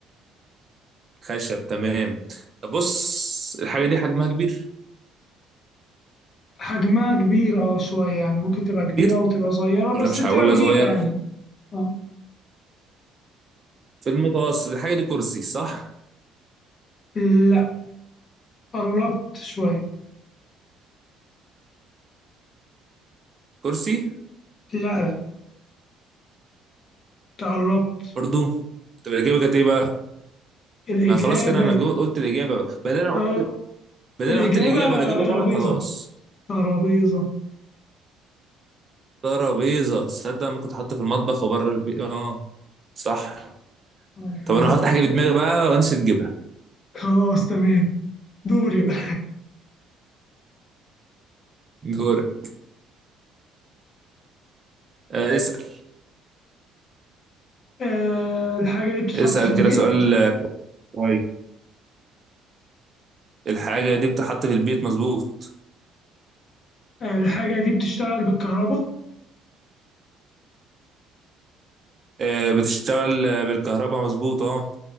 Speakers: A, on the right; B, on the left.
A: خشب تمام طب بص الحاجه دي حجمها كبير
B: حجمها كبير اه شويه يعني ممكن تبقى كبيره
A: كبير
B: وتبقى صغيره بس
A: ولا مش
B: بتبقى
A: ع- ولا
B: كبيره
A: صغير
B: يعني اه
A: في المتوسط الحاجه دي كرسي صح
B: لا قربت شويه
A: كرسي
B: لا لا تقربت
A: برضو طب الاجابه كانت ايه بقى
B: الاجابه
A: ما خلاص كده انا جو- قلت الاجابه بدل انا قلت
B: اه
A: بدل
B: الاجابه
A: انا قلت الاجابه الاجابه غلط
B: ترابيزه
A: خلاص
B: ترابيزه
A: ترابيزه تصدق ما كنت حاطه في المطبخ وبره البيت اه صح
B: اه يعني
A: طب انا هحط حاجه في دماغي بقى وانسى تجيبها
B: خلاص تمام دوري بقى.
A: دورك آه اسال
B: <laughs> آه الحاجه دي بتتحط
A: اسال
B: في البيت
A: كده سؤال آه، كويس الحاجه دي بتحط في البيت مظبوط
B: آه، الحاجة دي بتشتغل بالكهرباء
A: آه بتشتغل آه، بالكهرباء مظبوط اه